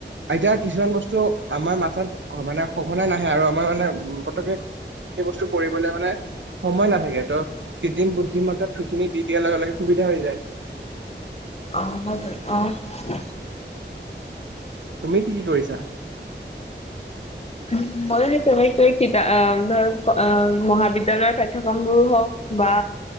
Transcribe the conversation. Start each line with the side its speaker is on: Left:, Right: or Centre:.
Right: এতিয়া কিছুমান বস্তু আমাৰ মাথাত মানে সঘনাই নাহে আৰু আমাৰ মানে পতককে সেই বস্তু কৰিবলে মানে সময় নাথাকে ত কৃত্ৰিম বুদ্ধিমত্তাত সেইখিনি দি দিয়াৰ লগে লগে সুবিধা হৈ যায়।
Left: <unintelligible>
Right: তুমি কি কি কৰিছা?
Left: উম মইও সেই তেনেকৈ কিতা অ', ধৰক অ', মহাবিদ্যালয়ৰ পাঠ্যক্ৰমবোৰো হওক বা